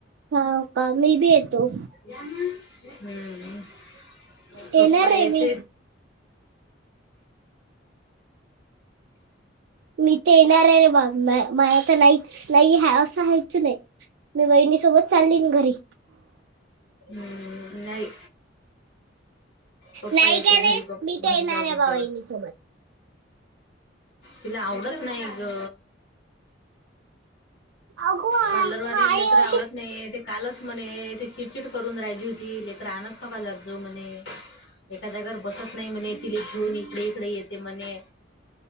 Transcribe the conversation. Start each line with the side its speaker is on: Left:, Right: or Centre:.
Right: होा का, मी बी येतो.
Left: हम्,
Right: येणार
Left: पप्पा
Right: आहे
Left: येथेऽ
Right: मी मी तर येणार आहे रे, बाघ, माझ तर नाहीच नाही आहे असं हयचं नाही. मी बहिणी सोबत चालली घरी.
Left: हम्म, नाही, पप्पा
Right: नाही
Left: येते
Right: काय
Left: घरी
Right: नाही,
Left: पप्
Right: मी तेर
Left: घरी
Right: एनार
Left: जायचं
Right: बाबा
Left: जेवण
Right: ईच्या सोबतऽ
Left: तिला आवडत नाही ग.
Right: अगो
Left: पार्लर वालीला
Right: आई
Left: लेकर आवडतऽ
Right: अशी
Left: नाही, ते कालच म्हणे, ते चिडचिड करून राहिली होती लेकर आणत नका जाउ म्हणे. एका जागावर बसत नाही म्हणे, ति घेन इकडे इकडे येते म्हणे.